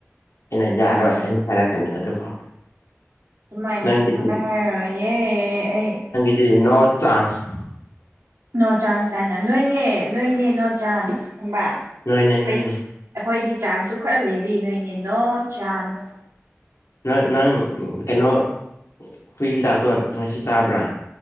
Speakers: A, on the left; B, on the right.
A: ꯑꯩꯅ ꯌꯥꯔꯣꯏ
B: ꯏꯁ
A: ꯍꯥꯏꯅ ꯍꯥꯏꯔꯛꯀꯅꯤ ꯑꯗꯨꯐꯥꯎ꯫
B: ꯗꯨꯃꯥꯏꯅ
A: ꯅꯪꯒꯤꯗꯤ
B: ꯁꯨꯛꯍꯥꯏ ꯍꯥꯏꯔꯣꯏꯌꯦ ꯑꯩ꯫
A: ꯗꯤ ꯅꯣ ꯆꯥꯟꯁ
B: ꯅꯣ ꯆꯥꯟꯁ ꯍꯥꯏꯅ ꯅꯣꯏꯅꯦ ꯅꯣꯏꯅꯦ ꯅꯣ ꯆꯥꯟꯁ ꯈꯪꯕ꯭ꯔꯥ
A: ꯅꯣꯏꯅꯦ ꯅꯣꯏꯅꯦ
B: ꯑꯣꯏ ꯑꯈꯣꯏꯗꯤ ꯆꯥꯟꯁꯁꯨ ꯈꯔ ꯂꯩꯔꯤ ꯅꯣꯏꯅꯤ ꯅꯣ ꯆꯥꯟꯁ꯫
A: ꯅ ꯅꯪ ꯀꯩꯅꯣ ꯍꯨꯏ ꯍꯤꯗꯥꯛꯇꯣꯟ ꯉꯁꯤ ꯆꯥꯕ꯭ꯔꯥ꯫